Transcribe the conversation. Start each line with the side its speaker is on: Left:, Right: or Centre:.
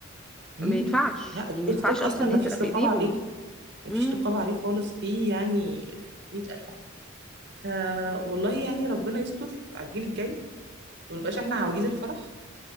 Right: امم
Centre: ما ينفعش
Right: لا التيك
Centre: يعني ما ينفعش
Right: توك
Centre: اصلا
Right: اصلا
Centre: ان
Right: ما
Centre: هي
Right: فيش
Centre: تبقى في
Right: رقابه
Centre: ايديهم
Right: عليه ما
Centre: امم
Right: فيش رقابه عليه خالص فيه يعني 100000 حاجه ف والله يعني ربنا يستر على الجيل الجاي ونبقاش احنا عواجيز الفرح